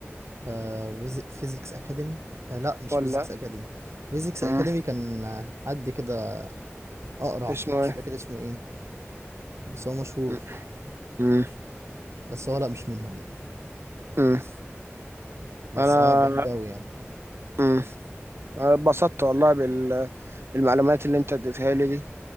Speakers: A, on the right (about 75°); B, on the right (about 60°).
A: آه فيزيكس أكاديمي آه لا مش
B: ولا
A: فيزيكس أكاديمي فيزيكس
B: امم
A: أكاديمي كان آه، حد كده أقرع
B: اسمه
A: مش
B: ايه
A: فاكر اسمه إيه بس هو مشهور
B: امم امم
A: بس هو لا مش منهم يعني
B: امم.
A: بس
B: انا
A: اه بحبه أوي يعني
B: امم انا اتبسطت والله بال... بالمعلومات اللي انت اديتها لي دي